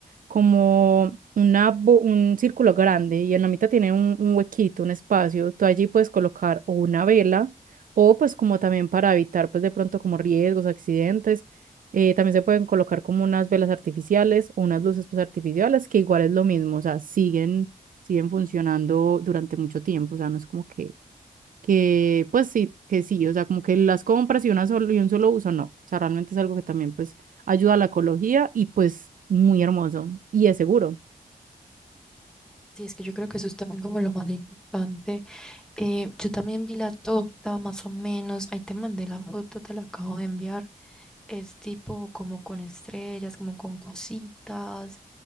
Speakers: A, on the right (about 65°); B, in the centre.
A: como una, bo- un círculo grande y en la mitad tiene un, un huequito, un espacio. Tú allí puedes colocar o una vela o pues como también para evitar pues de pronto como riesgos, accidentes. eh, también se pueden colocar como unas velas artificiales o unas luces pues artificiales que igual es lo mismo, o sea, siguen, siguen funcionando durante mucho tiempo, o sea, no es como que que pues sí, que sí, o sea, como que las compras y, una solo, y un solo uso, no. O sea, realmente es algo que también pues ayuda a la ecología y pues muy hermoso y es seguro.
B: Sí, es que yo creo que eso es también como lo más importante. Eh, yo también vi la torta, más o menos. Ahí te mandé la foto, te la acabo de enviar. Es tipo como con estrellas, como con cositas,